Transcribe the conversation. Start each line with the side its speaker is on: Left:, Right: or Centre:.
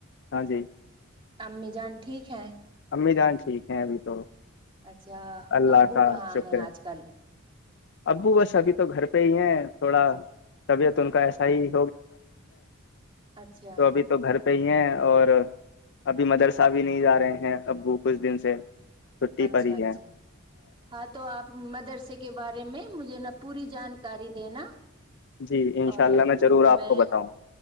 Left: ہاں جی
Right: امی جان ٹھیک ہے
Left: امی جان ٹھیک ہیں ابھی تو
Right: اچھا
Left: اللہ
Right: ابو
Left: کا
Right: کہاں
Left: شکر
Right: ہیں
Left: ہے
Right: آج کل
Left: ابو بس ابھی تو گھر پہ ہی ہیں تھوڑا طبیعت ان کا ایسا ہی
Right: اچھا
Left: تو ابھی تو گھرہ صحی ہیں اور ابھی مدرسہ بھی نہیں جا رہے ہیں ابو کچھ دن سے چھٹی
Right: اچھا
Left: پڑی
Right: اچھا
Left: ہے
Right: ہاں تو آپ مدرسے کے بارے میں مجھے پوری جانکاری دینا
Left: جی ان شاء
Right: اور
Left: اللہ میں ضرور آپ
Right: میں
Left: کو بتاؤں